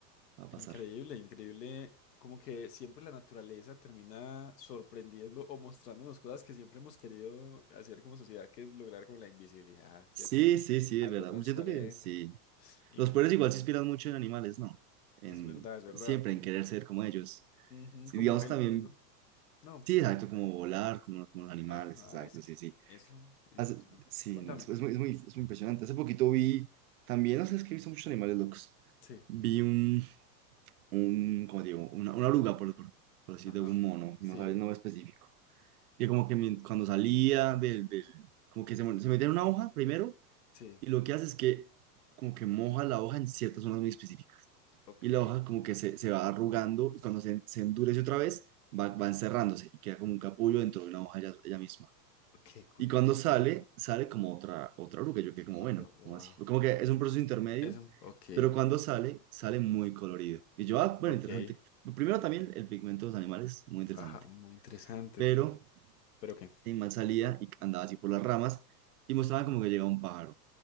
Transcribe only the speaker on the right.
Va a pasar.
Sí, sí, sí,
es verdad.
Yo Siento que sí.
Los pueblos igual se inspiran mucho en animales, ¿no? En,
siempre
en querer ser como ellos.
Sí,
digamos
también,
sí, exacto, como volar, como, como los animales,
exacto,
sí, sí.
Hace-
sí,
no, es, es muy, es muy, es muy impresionante. Hace poquito vi, también, no sé, es que he visto muchos animales locos.
Vi un, un como digo, una, una oruga, por, por, por así
decirlo, un mono,
no sabes el nombre específico. Que como que mi- cuando salía del, del- como que se, mon- se metía en una hoja primero,
y lo que hace es que como que moja la hoja en ciertas zonas muy específicas.
y la hoja como que se, se va arrugando y cuando se, se endurece otra vez va, va encerrándose y queda como un capullo dentro de una hoja ya ella misma.
Y cuando sale, sale como otra, otra oruga. Yo quedé como,
bueno,
como así? Como que es un proceso intermedio,
pero cuando sale, sale muy colorido. Y yo, ah, bueno,
interesante. Primero también el pigmento de los animales, muy interesante.
Pero
el animal salía y andaba así por las ramas y mostraba como que llegaba un pájaro.